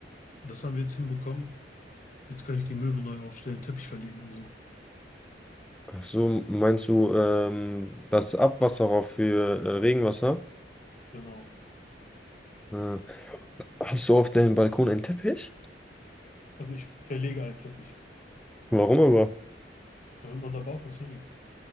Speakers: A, on the left; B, in the centre.
A: Das haben wir jetzt hinbekommen. Jetzt kann ich die Möbel neu aufstellen, Teppich verlegen und so.
B: Ach so, meinst du ähm, das Abwasserrohr für äh, Regenwasser?
A: Genau.
B: Äh, hast du auf deinem Balkon einen Teppich?
A: Also ich verlege einen Teppich,
B: Warum aber?
A: damit man da barfuß hingehen kann.